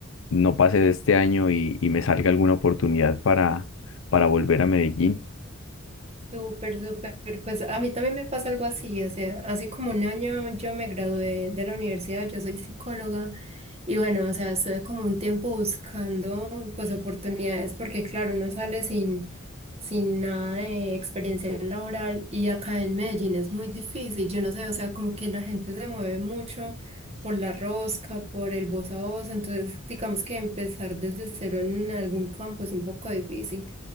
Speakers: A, on the left (about 70°); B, on the right (about 30°).
A: no pase de este año y, y me salga alguna oportunidad para, para volver a Medellín.
B: Súper, súper. Pues a mí también me pasa algo así, o sea, hace como un año yo me gradué de la universidad, yo soy psicóloga Y bueno, o sea, estuve como un tiempo buscando pues oportunidades porque claro, uno sale sin, sin nada de experiencia laboral y acá en Medellín es muy difícil. Yo no sé, o sea, como que la gente se mueve mucho por la rosca, por el voz a voz, entonces digamos que empezar desde cero en algún campo es un poco difícil.